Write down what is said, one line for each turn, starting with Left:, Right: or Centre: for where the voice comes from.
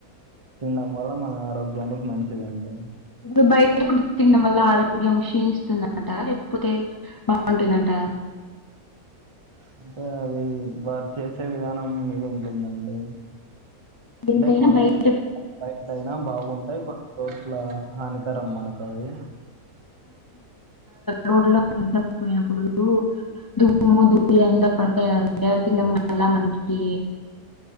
Right: తినడం వల్ల మన ఆరోగ్యానికి మంచిదండి
Left: ఇప్పుడు బయట ఫుడ్ తినడం వల్ల ఆరోగ్యం క్షీణిస్తుందంటరా లేకపోతే బాగుంటుందంట ఆ
Right: అంటే అది వారు చేసే విధానం మీది ఉంటుందండి అంటే
Left: ఎంతైనా
Right: కొన్ని
Left: బయట
Right: బయట అయినా బాగుంటాయి కొ చోట్ల హానికరం మనకవి
Left: రోడ్లా ఇందా పోయినప్పుడు దుమ్ము ధూళి అంత పడతాయండి అవి తింటే మనకి